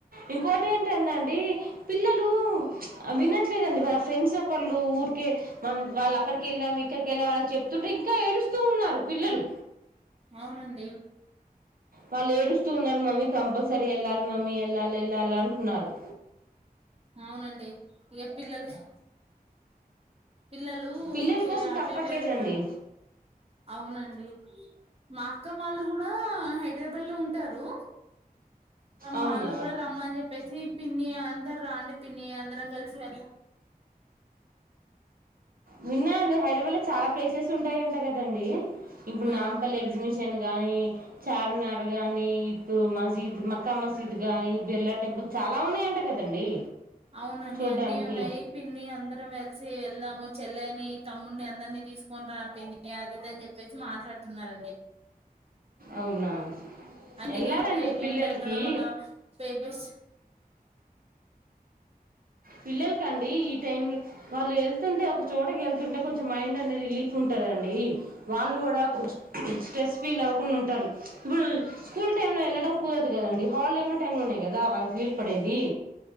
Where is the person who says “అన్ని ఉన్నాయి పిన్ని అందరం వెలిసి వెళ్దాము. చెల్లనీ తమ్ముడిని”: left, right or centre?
Right